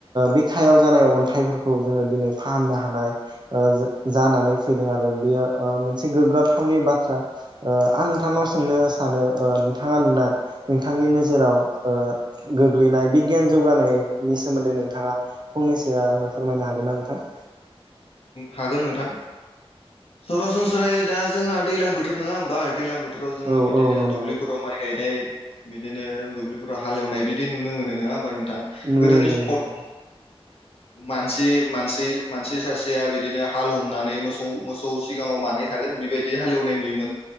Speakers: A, on the right (about 45°); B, on the left (about 70°).
A: बिखायाव
B: औ नोंथां
A: जानाय अन्थाइफोरखौ जोङो दिनै फाहामनो हानाय जानानै फैदों आरो बेयो मोनसे गोग्गाथावनि बाथ्रा आं नोंथांनाव सोंनो
B: औ नोंथां
A: सानो नोंथाङा नुनाय नोंथांनि नोजोराव गोग्लैनाय बिगियान जौगानायनि सोमोन्दै नोंथाङा फंनैसो आंनो फोरमायनो हागोन ना नोंथां <inaudible>
B: हागोन नोंथां सरासनस्रायै दा जोंहा दैज्लां बोथोर नङा होमबा दैज्लां बोथोराव जोङो
A: औ
B: बिदिनो
A: औ नंगौ
B: दुब्लिफोराव माइ गायनाय बिदिनो दुब्लिफोराव हालेवनाय बिदि नुनो मोनो नङा होमबा नोंथां
A: नुयो
B: गोदोनि
A: नुयो
B: समाव
A: नोंथां
B: मानसि मानसि मानसि सासे जाया बिदिनो हालेवनानै मोसौ मोसौ सिगाङाव मानै थागोन बेबायदि हालेवनाय नुयोमोन